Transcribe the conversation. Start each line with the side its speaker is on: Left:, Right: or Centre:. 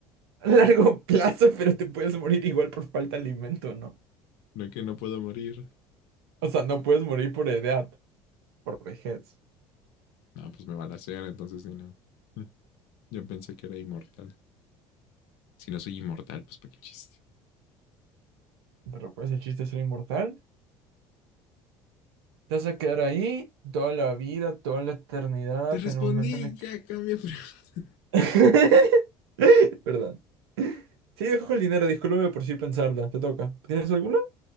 Right: a largo plazo, pero te puedes morir igual por falta de alimento, ¿no?
Left: No que no puedo morir.
Right: O sea, no puedes morir por edad, por vejez.
Left: No, pues me balacean, entonces sí, no. Mm, Yo pensé que era inmortal. Si no soy inmortal, pues para qué chiste.
Right: Pero pues el chiste es ser inmortal. Te vas a quedar ahí toda la vida, toda la eternidad,
Left: Te respondí,
Right: en el momento en el que...
Left: ya cambia. <laughs>
Right: <laughs> Perdón. Sí, dejo el dinero, discúlpame por si pensarla. Te toca. ¿Tienes alguna?